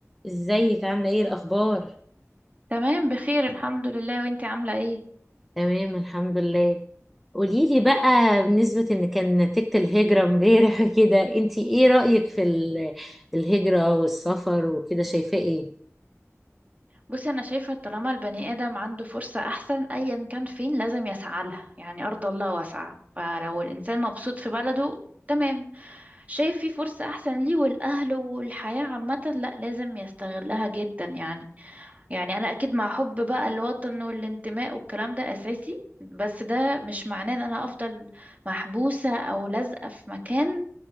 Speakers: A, in the centre; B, on the right.
A: ازيك عاملة ايه الأخبار؟
B: تمام بخير الحمد لله وانتي عاملة ايه
A: تمام الحمد لله قوليلي بقى بالنسبة ان كان نتيجة الهجرة امبارح <laughs> كده انتي ايه رأيك في ال- الهجرة والسفر وكده شايفاه ايه؟
B: بصي انا شايفة طالما البني ادم عنده فرصة احسن ايا كان فين لازم يسعى لها يعني ارض الله واسعة فلو الانسان مبسوط في بلده تمام شايف في فرصة احسن ليه والاهل والحياة عامة لا لازم يستغلها جدا يعني يعني انا اكيد مع حب بقى الوطن والانتماء والكلام ده اساسي بس ده مش معناه ان انا افضل محبوسة او لازقة في مكان